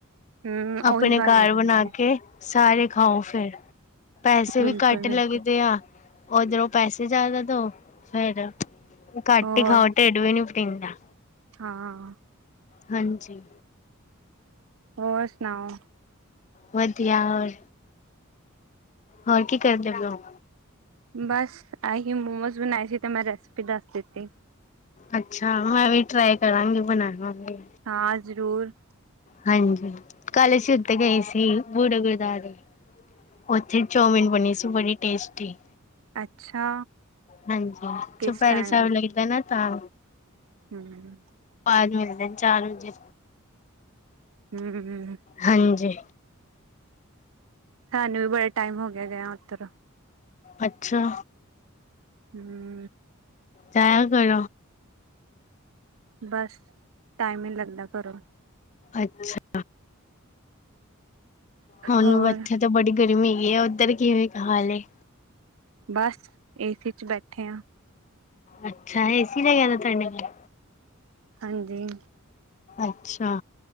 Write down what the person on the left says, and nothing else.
ਆਪਣੇ
ਘਰ
ਬਣਾ
ਕੇ ਸਾਰੇ ਖਾਉ ਫਿਰ। ਪੈਸੇ
ਵੀ ਘੱਟ
ਲੱਗਦੇ ਆ। ਉਧਰੋਂ ਪੈਸੇ ਜ਼ਿਆਦਾ ਦੋ ਫੇਰ ਘੱਟ
ਹੀ ਖਾਉ, ਟਿੱਡ ਵੀ ਨਹੀਂ ਟਿੰਡਾ।
ਹਾਂਜੀ।
ਵਧੀਆ ਹੋਰ, ਹੋਰ ਕੀ ਕਰਦੇ ਪਏ ਹੋ।
ਅੱਛਾ, ਮੈਂ ਵੀ ਟਰਾਈ ਕਰਾਂਗੀ ਬਣਾਣ ਵੇਲੇ।
ਹਾਂਜੀ, ਕੱਲ ਅਸੀ ਉੱਥੇ ਗਏ ਸੀ ਬੂੜੇ। <unintelligible> ਉੱਥੇ ਚਾਓਮਿਨ ਬਣੀ ਸੀ ਬੜੇ ਟੇਸਟੀ।
ਹਾਂਜੀ
ਚੁਪੈਰੇ
ਸਾਹਿਬ ਲੱਗਦਾ ਨਾ ਤਾਂ।
ਬਾਹਰ ਮਿਲਦੇ ਨ ਚਾਰ ਵਜੇ
ਹਾਂਜੀ
ਅੱਛਾ
ਜਾਇਆ ਕਰ
ਅੱਛਾ। ਹੁਣ
ਇੱਥੇ ਤਾਂ ਬੜੀ ਗਰਮੀ ਹੈਗੀ ਆ ਉੱਧਰ ਕੀ ਹੋਏ ਕ ਹਾਲੇ।
ਅੱਛਾ ਏ ਸੀ ਨਹੀਂ ਹੈਗਾ ਤੁਹਾਡੇ।
ਅੱਛਾ।